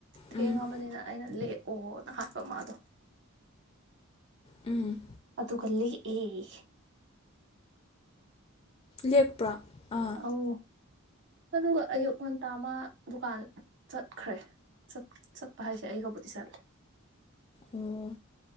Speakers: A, on the right (about 55°); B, on the left (about 25°).
A: ꯊꯦꯡꯉꯕꯅꯤꯅ
B: ꯎꯝ
A: ꯑꯩꯅ ꯂꯦꯛ ꯑꯣ ꯅ ꯍꯥꯏꯕ ꯃꯥꯗꯣ
B: ꯎꯝ
A: ꯑꯗꯨ ꯀꯂꯦꯛ ꯑꯦ
B: ꯂꯦꯛꯄ꯭ꯔꯥ ꯑꯥ
A: ꯑꯧ ꯑꯗꯨꯒ ꯑꯌꯨꯛ ꯉꯟꯇ ꯃ ꯗꯨꯀꯥꯟ ꯆꯠꯈ꯭ꯔꯦ ꯆꯠꯄ ꯍꯥꯏꯁꯦ ꯑꯩꯒꯕꯨꯗꯤ ꯆꯠꯂꯦ
B: ꯑꯣ